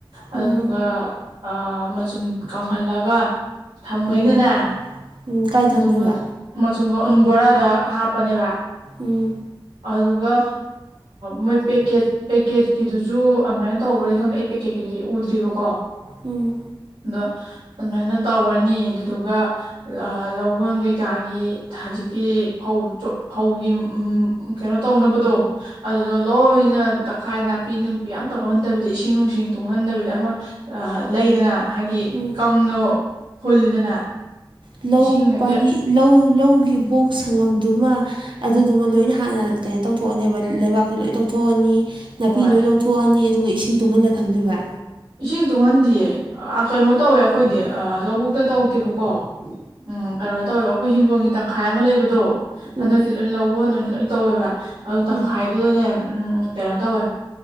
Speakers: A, on the right; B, on the right.
A: ꯑꯗꯨꯗꯨꯒ
B: ꯎꯝ
A: ꯑꯥ ꯃꯆꯨꯝ ꯀꯪꯍꯜꯂꯒ ꯊꯝꯈꯩꯅꯅ
B: ꯎꯝ ꯎꯝ ꯀꯥꯏ
A: ꯃꯆꯨꯝ
B: ꯊꯝꯗꯣꯏꯕ
A: ꯀꯪ ꯃꯆꯨꯝꯒ ꯑꯗꯨꯝ ꯕꯣꯔꯥ ꯗ ꯍꯥꯞꯄꯅꯦꯕ
B: ꯎꯝ
A: ꯑꯗꯨꯗꯨꯒ ꯃꯣꯏ ꯄꯦꯛꯀꯦꯠ ꯄꯦꯛꯀꯦꯠꯀꯤꯗꯨꯁꯨ ꯑꯗꯃꯥꯏꯅ ꯇꯧꯕꯔꯗꯤ ꯈꯪꯗ‌ꯦ ꯑꯩ ꯄꯦꯀꯦꯠꯀꯤꯗꯨꯗꯤ ꯎꯗ꯭ꯔꯤꯕꯀꯣ
B: ꯎꯝ
A: ꯑꯗ‌ꯣ ꯑꯗꯨꯃꯥꯏꯅ ꯇꯧꯔꯅꯤ ꯑꯗꯨꯗꯨꯒ ꯂꯧꯍꯣꯟ ꯀꯩꯀꯥꯒꯤ ꯍꯧꯖꯤꯛꯀꯤ ꯐꯧ ꯆ‌ꯣꯠ ꯐꯧꯒꯤ ꯎꯝ ꯎꯝ ꯀꯩꯅꯣ ꯇꯧꯅꯕꯗꯣ ꯑꯗꯨꯗꯣ ꯂꯣꯏꯅ ꯇꯛꯈꯥꯏ ꯅꯥꯄꯤ ꯅꯨꯡꯄꯤ ꯑꯝꯇ ꯍꯧꯍꯟꯗꯕꯤꯗ ꯏꯁꯤꯡ ꯅꯨꯡꯁꯤꯡ ꯇꯨꯡꯍꯟꯗꯕꯤꯗ ꯑꯃ ꯑꯥ ꯂꯩꯗꯅ ꯍꯥꯏꯗꯤ
B: ꯎꯝ
A: ꯀꯪꯅ ꯍꯨꯜꯂꯤꯗꯅ
B: ꯂꯧ
A: ꯏꯁꯤꯡ ꯍꯦꯛꯇ
B: ꯄꯔꯤ ꯂꯧ ꯂꯧꯒꯤ ꯕꯣꯛꯁ ꯁꯪꯉꯝꯗꯨꯃ ꯑꯗꯨꯗꯨꯃ ꯂꯣꯏꯅ ꯍꯥꯟꯅ ꯀꯩꯅꯣ ꯇꯧꯊꯣꯛꯑꯅꯦꯕ ꯂꯩꯕꯥꯛꯇ ꯂꯣꯏꯅ ꯇꯧꯊꯣꯛ ꯂꯧꯊꯣꯛꯑꯅꯤ ꯅꯥꯄꯤ
A: ꯍꯣꯏ
B: ꯂꯣꯏ ꯂꯧꯊꯣꯛꯑꯅꯤ ꯑꯗꯨꯒ ꯏꯁꯤꯡ ꯇꯨꯡꯍꯜꯂ ꯊꯝꯗꯣꯏꯕ
A: ꯏꯁꯤꯡ ꯇꯨꯡꯍꯟꯗꯤꯌꯦ ꯑꯥ ꯀꯩꯅꯣ ꯇꯧꯋꯦ ꯑꯩꯈꯣꯏꯗꯤ ꯑꯥ ꯂꯧꯕꯨꯛꯇ ꯇꯧꯗꯦꯕꯀꯣ ꯎꯝ ꯀꯩꯅꯣ ꯇꯧꯋꯦꯕ ꯑꯩꯈꯣꯏ ꯍꯤꯡꯒꯣꯜꯒꯤ ꯇꯪꯈꯥꯏ ꯑꯃ ꯂꯩꯕꯗꯣ ꯍꯟꯗꯛꯇꯤ
B: ꯎꯝ
A: ꯂꯣꯏ ꯂꯧꯍꯣꯟ ꯑꯣꯏꯅ ꯂꯣꯏꯅ ꯇꯧꯋꯦꯕ ꯑꯗꯨ ꯇꯪꯈꯥꯏꯗꯨꯗꯅꯦ
B: ꯎꯝ
A: ꯎꯝ ꯎꯝ ꯀꯩꯅꯣ ꯇꯧꯋꯦ